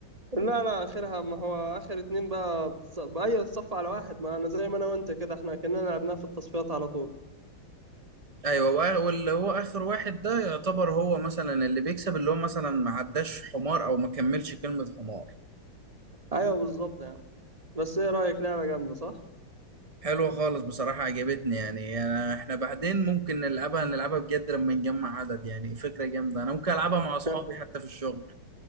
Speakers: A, on the right; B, on the right.
A: لا لا اخرها ما هو اخر اتنين بقى بتص... بقى ايوه تصفى على واحد ما انا زي ما انا وانت كده احنا كنا لعبناها في التصفيات على طول
B: ايوه وآ- واللي هو اخر واحد ده يعتبر هو مثلا اللي بيكسب اللي هو مثلا ما عداش حمار او ما كملش كلمة حمار
A: ايوه بالظبط يعني بس ايه رايك لعبه جامده صح
B: حلوة خالص بصراحة عجبتني يعني أنا احنا بعدين ممكن نلعبها نلعبها بجد لما نجمع عدد يعني فكرة جامدة انا ممكن العبها مع اصحابي
A: <laughs>
B: حتى في الشغل